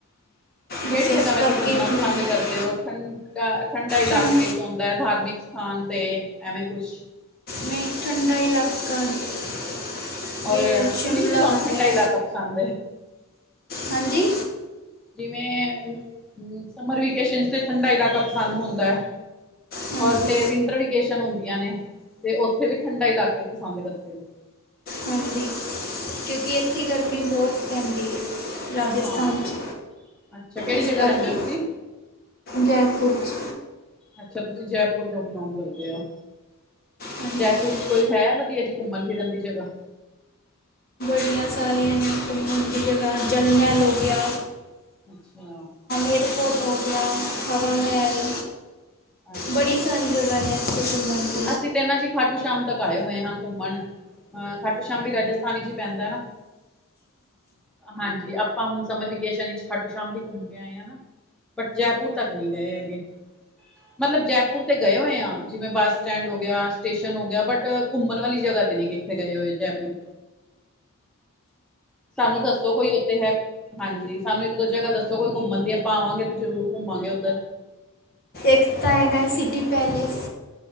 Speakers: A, in the centre; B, on the left.
A: ਕਿਹੜੀ
B: ਬਸ ਇਸ
A: ਜਗ੍ਹਾ ਵੈਸੇ
B: ਕਰਕੇ
A: ਘੁੰਮਣਾ
B: ਹੀ ਨਹੀਂ
A: ਪਸੰਦ
B: ਬਣਾਉਂਦੇ।
A: ਕਰਦੇ ਹੋ ਠੰਡਾ ਠੰਡਾ ਇਲਾਕੇ
B: ਠੰਡ
A: ਚ? ਹੁੰਦਾ ਧਾਰਮਿਕ ਸਥਾਨ ਤੇ ਐਵੇਂ ਕੁਛ
B: ਨਹੀਂ ਠੰਡਾ ਇਲਾਕਾ। ਜਿਵੇਂ
A: ਔਰ ਠੰਡੀ
B: ਸ਼ਿਮਲਾ
A: ਚ ਵੀ ਤੁਹਾਨੂੰ
B: ਹੋ
A: ਠੰਢਾ
B: ਗਿਆ
A: ਇਲਾਕਾ ਪਸੰਦ ਆ?
B: ਹਾਂਜੀ।
A: ਜਿਵੇਂ ਸਮਰ ਵੇਕੇਸ਼ਨ ਚ ਤੇ ਠੰਢਾ ਇਲਾਕਾ ਪਸੰਦ ਹੁੰਦਾ।
B: ਹਾਂਜੀ
A: ਔਰ ਤੇ ਵਿੰਟਰ ਵਕੇਸ਼ਨ ਹੁੰਦੀਆਂ ਨੇ, ਤੇ ਉੱਥੇ ਵੀ ਠੰਡਾ ਇਲਾਕੇ ਪਸੰਦ ਕਰਦੇ ਹੋ?
B: ਹਾਂਜੀ ਕਿਉਂਕਿ ਇੱਥੇ ਗਰਮੀ ਬਹੁਤ ਪੈਂਦੀ, ਰਾਜਸਥਾਨ
A: ਹਾਂ
B: 'ਚ,
A: ਅੱਛਾ ਕਿਹੜੀ
B: ਇਸ
A: ਜਗ੍ਹਾ
B: ਕਰਕੇ,
A: ਰਹਿੰਦੇ ਹੋ ਤੁਸੀਂ
B: ਜੈਪੁਰ 'ਚ
A: ਅੱਛਾ, ਤੁਸੀਂ ਜੈਪੁਰ ਤੋਂ ਬਿਲੋਂਗ ਕਰਦੇ ਹੋ।
B: ਹਾਂਜੀ
A: ਜੈਪੁਰ ਚ ਕੋਈ ਹੈ ਵਧੀਆ ਜੀ ਘੁੰਮਣ ਫਿਰਨ ਦੀ ਜਗ੍ਹਾ?
B: ਬਹੁਤ ਸਾਰੀਆਂ ਨੇ ਘੁੰਮਣ ਦੀਆਂ ਜਗਾ ਜਲ ਮਹਿਲ ਹੋ ਗਿਆ,
A: ਅੱਛਾ।
B: ਏਅਰਪੋਰਟ ਹੋ ਗਿਆ, ਹਵਾ ਮਹਿਲ,
A: ਅੱਛਾ,
B: ਬੜੀ
A: ਅੱਛਾ।
B: ਸਾਰੀ ਜਗ੍ਹਾ ਨੇ। ਘੁੰਮਣ ਨੂੰ,
A: ਅਸੀਂ ਤੇ ਨਾ ਜੀ ਖਾਟੂ ਸ਼ਾਮ ਤੱਕ ਆਏ ਹੋਏ ਹਾਂ ਘੁੰਮਣ। ਅਹ ਖਾਟੂ ਸ਼ਾਮ ਦੀ ਰਾਜਸਥਾਨੀ ਚ ਹੀ ਪੈਂਦਾ ਹੈ ਨਾ, ਹਾਂਜੀ ਆਪਾਂ ਹੁਣ ਸਮਰ ਵਿਕੇਸ਼ਨ ਵਿੱਚ ਖਾਟੂ ਸ਼ਾਮ ਵੀ ਘੁੰਮ ਕੇ ਆਏ ਆ ਨਾ। ਬਟ ਜੈਪੁਰ ਤੱਕ ਨਹੀ ਗਏ ਹੈਗੇ, ਮਤਲਬ ਜੈਪੁਰ ਤੇ ਗਏ ਹੋਏ ਆ ਜਿਵੇਂ ਬਸ, ਸਟੈਂਡ ਹੋ ਗਿਆ ਸਟੇਸ਼ਨ ਹੋ ਗਿਆ ਬਟ ਘੁੰਮਣ ਵਾਲੀ ਜਗ੍ਹਾ ਤੇ ਨੀ ਕਿੱਥੇ ਗਏ ਹੋਏ ਜੈਪੁਰ, ਸਾਨੂੰ ਦੱਸੋ ਕੋਈ ਉੱਥੇ ਹੈ, ਹਾਂਜੀ ਸਾਨੂੰ ਇੱਕ ਦੋ ਜਗ੍ਹਾ ਦੱਸੋ ਕੋਈ ਘੁੰਮਣ ਦੀ ਆਪਾਂ ਆਵਾਂਗੇ ਤੇ ਜ਼ਰੂਰ ਘੁੰਮਾਂਗੇ ਉੱਧਰ,
B: <unintelligible> ਸਿਟੀ ਪੈਲੇਸ